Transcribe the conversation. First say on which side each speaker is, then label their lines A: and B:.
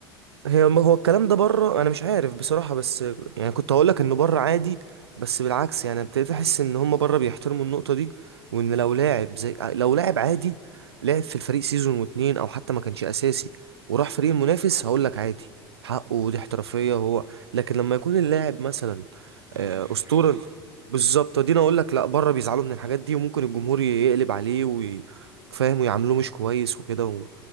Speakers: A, on the right (about 80°); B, on the right (about 20°).
A: هي هو الكلام ده بره انا مش عارف بصراحة بس يعني كنت هقول لك انه بره عادي بس بالعكس يعني ابتديت احس ان هم بره بيحترموا النقطة دي وان لو لاعب زي آه، لو لاعب عادي لعب في الفريق سيزون واتنين او حتى ما كانش اساسي وراح فريق منافس هقول لك عادي حقه ودي احترافية هو لكن لما يكون اللاعب مثلا
B: ده
A: آه،
B: نجم الفريق
A: اسطورة
B: يعني
A: بالظبط دي انا اقول لك لا بره بيزعلوا من الحاجات دي وممكن الجمهور يقلب عليه وي- فاهم ويعاملوه مش كويس وكده